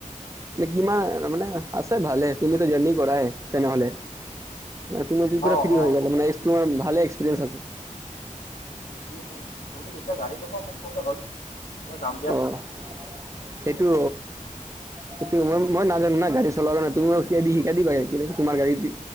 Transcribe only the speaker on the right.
কিমান মানে আছে ভালে। তুমিতো জাৰ্ণি কৰাই তেনেহলে? তুমিটো পুৰা
ফ্ৰি হৈ
যাব মানে <unintelligible> তোমাৰ ভালে এক্সপিৰিয়েঞ্চ আছে।
অঁ
সেইটো সেইটো মই-মই নাজানো না গাড়ী চলোৱা কাৰণে তুমি ৰখিয়া দি শিকাই দিবা গাড়ীখনে তোমাৰ গাড়ীতে।